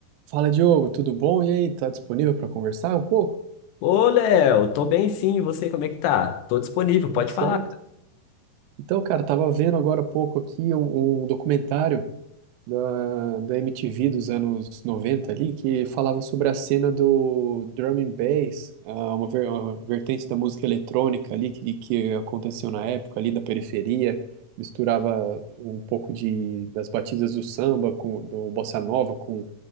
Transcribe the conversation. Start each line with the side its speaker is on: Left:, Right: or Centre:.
Right: Fala, Diogo, tudo bom? E aí, tá disponível para conversar um pouco?
Left: Ô, Léo, tô bem sim, e você como é que tá? Tô disponível, pode
Right: Tudo certo?
Left: falar.
Right: Então, cara, tava vendo agora há pouco aqui um, um documentário da, da MTV dos anos 90 ali, que falava sobre a cena do drum and bass, ah, uma, ver- uma vertente da música eletrônica ali que, que aconteceu na época ali da periferia, misturava um pouco de, das batidas do samba, com, do bossa nova com